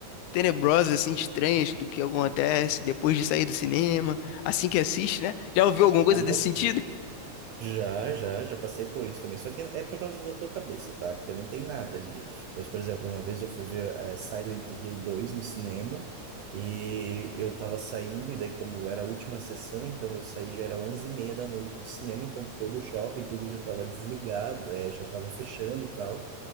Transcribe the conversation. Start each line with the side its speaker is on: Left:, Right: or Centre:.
Left: tenebrosas, assim, estranhas do que acontece depois de sair do cinema, assim que assiste, né? Já ouviu alguma coisa
Right: Ah,
Left: desse
Right: sim.
Left: sentido?
Right: Já, já, já passei por isso também. Só que é por causa da tua cabeça, tá? Porque não tem nada ali. Mas, por exemplo, uma vez eu fui ver eh, Silent Hill dois no cinema e eu tava saindo, e daí, como era a última sessão, então eu saí já era onze e meia da noite do cinema, então todo o shopping, tudo já tava desligado, eh, já estavam fechando e tal.